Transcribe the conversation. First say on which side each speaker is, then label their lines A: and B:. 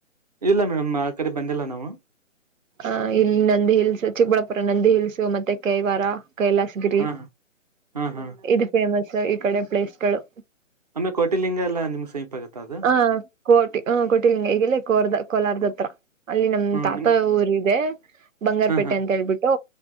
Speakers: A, on the right (about 30°); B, on the right (about 75°).
A: ಇಲ್ಲ ಮೇಡಮ್ ಆ ಕಡೆ ಬಂದಿಲ್ಲ ನಾವು
B: ಹ ಇಲ್ಲಿ ನಂದಿ ಹಿಲ್ಸ್ ಚಿಕ್ಕಬಳ್ಳಾಪುರ ನಂದಿ ಹಿಲ್ಸ್ ಮತ್ತೆ ಕೈವಾರ ಕೈ ಗಿರಿಇದು
A: ಹಾ ಹಾ ಹಾ
B: ಫೇಮಸ್ ಈ ಕಡೆ ಪ್ಲೇಸ್ ಗಳು
A: ಆಮೆ ಕೊಟಿಲಿಂಗ ಎಲ್ಲ ಸಂಪತ್ತ ಅದು <unintelligible>
B: ಹ ಕೋಟಿ ಹ ಕೋಟಿಲಿಂಗ ಈಗೆಲ್ಲೇ ಕೋರ್ದ ಕೋಲಾರದ ಹತ್ರ ಅಲ್ಲಿ ನಮ್
A: ಹ್ಮ್
B: ತಾತ
A: ನಿಮ್
B: ಊರು ಇದೆ ಬಂಗಾರಪೇಟೆ
A: ಹಾ ಹಾ
B: ಅಂತ ಹೇಳ್ಬಿಟ್ಟು